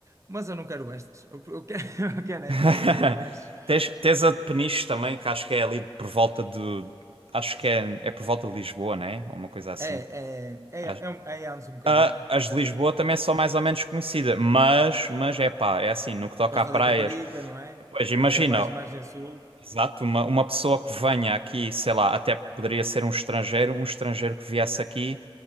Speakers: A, on the right; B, on the right.
A: mas eu não quero estas, eu, eu quero, <laughs> eu quero é
B: <laughs>
A: praias aí de baixo.
B: Tens, tens a
A: Por-
B: de Peniche também, que acho que é ali por volta do. Acho que é, é por volta de Lisboa, né? Ou uma coisa assim.
A: É, é, é,
B: Acho-
A: é, um- é antes um bocadinho,
B: Ah, As de Lisboa também são mais ou menos conhecidas, mas, mas é pá, é assim, no que toca
A: Costa
B: a praias.
A: da Caparica, não é?
B: Pois imagina,
A: Até mais margem sul,
B: Exato, uma, uma pessoa que venha aqui, sei lá, até poderia ser um estrangeiro, um estrangeiro que viesse aqui